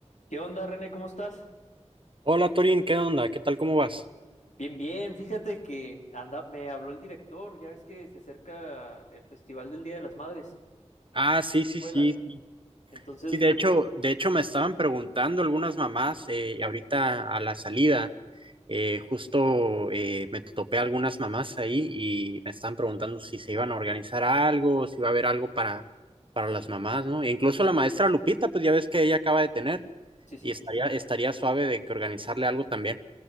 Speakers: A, on the left; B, on the right.
A: ¿Qué onda, René? ¿Cómo estás?
B: Hola Torín, ¿qué onda? ¿Qué tal? ¿Cómo vas?
A: Bien, bien. Fíjate que anda, me habló el director. Ya ves que se acerca el Festival del Día de las Madres,
B: Ah, sí,
A: de la
B: sí,
A: escuela.
B: sí, sí.
A: Entonces
B: Sí,
A: me...
B: de hecho, de hecho me estaban preguntando algunas mamás eh, ahorita a la salida. eh, justo eh, me topé a algunas mamás ahí y me estaban preguntando si se iban a organizar algo, si iba a haber algo para, para las mamás, ¿no? E incluso la maestra Lupita, pues ya ves que ella acaba de tener
A: Sí, sí.
B: y estaría, estaría suave de que organizarle algo también.